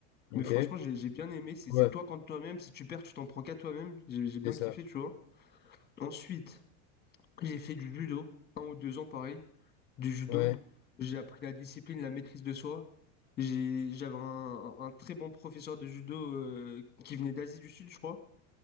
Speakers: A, on the left; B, on the left.
A: Mais
B: Ok.
A: franchement, j'ai j'ai bien aimé. C'est
B: Ouais,
A: c'est toi contre toi-même. Si tu perds, tu t'en prends qu'à toi-même. J'ai j'ai bien
B: c'est ça.
A: kiffé, tu vois. Ensuite, j'ai fait du judo, un ou deux ans pareil, du judo.
B: Ouais.
A: J'ai appris la discipline, la maîtrise de soi. J'ai, j'avais un, un- un très bon professeur de judo euh, qui venait d'Asie du Sud, je crois.